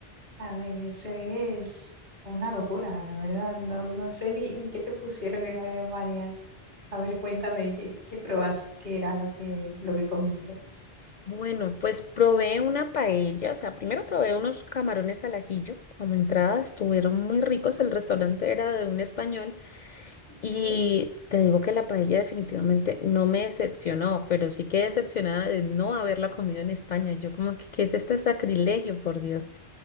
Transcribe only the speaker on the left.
Bueno, pues probé una paella, o sea, primero probé unos camarones al ajillo como entrada, estuvieron muy ricos, el restaurante era de un español. Y
te digo que la paella definitivamente no me decepcionó, pero sí quedé decepcionada de no haberla comido en España. Yo como que, ¿qué es este sacrilegio, por Dios?